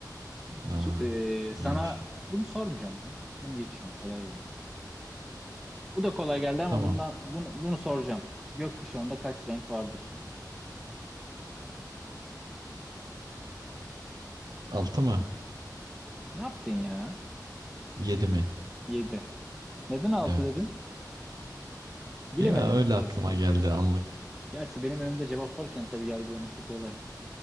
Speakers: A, on the right; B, in the centre.
A: Aa,
B: Tu- e,
A: iyiymiş.
B: sana bunu sormayacağım ben. Bunu geçiyorum. Kolay geldi. Bu da kolay geldi ama
A: Tamam.
B: bundan bunu, bunu soracağım. Gökkuşağında kaç renk vardır?
A: Altı mı?
B: Ne yaptın ya?
A: Yedi mi?
B: 7. Neden 6
A: Evet.
B: dedin? Bilemedin.
A: Ya öyle aklıma geldi anlık.
B: Gerçi benim önümde cevap varken tabii yargılaması kolay.